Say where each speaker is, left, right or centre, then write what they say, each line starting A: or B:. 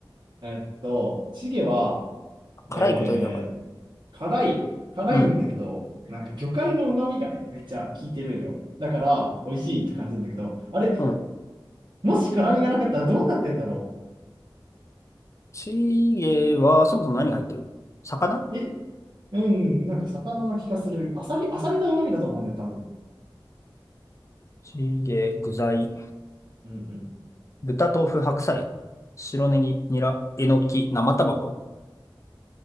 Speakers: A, on the right; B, on the left.
A: えっと、チゲは、
B: 辛いことだけわかる。
A: えー、辛い、辛いんだけど、
B: うん。
A: なんか魚介の旨味がね、めっちゃ効いてるんよ。だから、美味しいって感じるんだけど、あれ、
B: うん。
A: もし辛みがなかったらどうなってんだろ
B: チゲはそもそも何が入ってる魚
A: う。え、うん、なんか魚の気がする。アサリ、アサリの旨味だと思うんだよね、多分。
B: チゲ、具材、
A: うん
B: 豚、豆腐、白菜、白ネギ、ニラ、えのき、生卵。